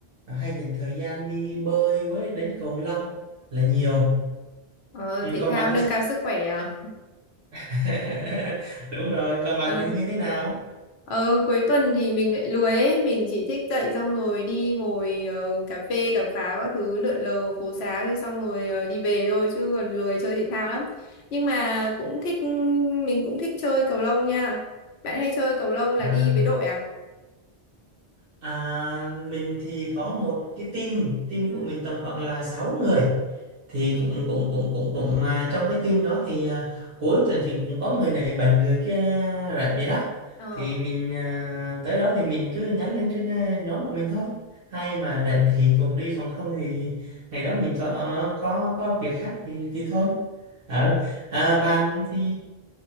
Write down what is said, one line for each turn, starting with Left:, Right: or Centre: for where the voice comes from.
Right: hay dành thời gian đi bơi với đánh cầu lông là nhiều.
Left: Ờ,
Right: Ừ,
Left: thể
Right: còn
Left: thao
Right: bạn
Left: nâng
Right: thì sao?
Left: cao sức khỏe à?
Right: <laughs> Đúng rồi, còn bạn
Left: Ờ,
Right: thì như thế nào?
Left: Ờ, cuối tuần thì mình lại lười ấy. Mình chỉ thích dậy xong rồi đi ngồi ờ, cà phê, cà pháo các thứ lượn lờ phố xá rồi xong rồi ờ, đi về thôi chứ còn lười chơi thể thao lắm. Nhưng mà cũng thích, mình cũng thích chơi cầu lông nha. Bạn hay chơi cầu lông là
Right: À.
Left: đi với đội à?
Right: À, mình thì có một cái team, team
Left: Ừ.
Right: của mình tầm khoảng là 6 người. Thì cũng cũng cũng cũng cũng mà trong cái team đó thì à, cuối tuần thì cũng có người này bệnh người kia rảnh vậy đó.
Left: Ờ.
Right: Thì mình à, tới đó thì mình cứ nhắn lên trên à, nhóm của mình thôi. Hay mà rảnh thì cùng đi còn không thì ngày đó mình có có có việc khác thì thì thôi. Ở à, bạn thì